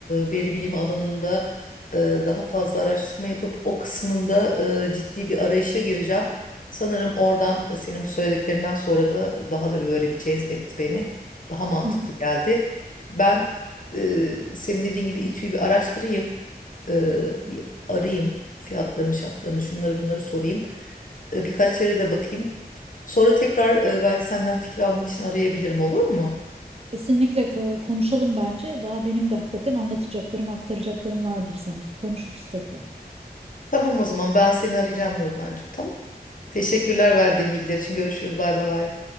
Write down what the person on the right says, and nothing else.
Hı hı.
kesinlikle ko- konuşalım bence. Daha benim de hakikaten anlatacaklarım, aktaracaklarım vardır sana. Konuşuruz tekrar.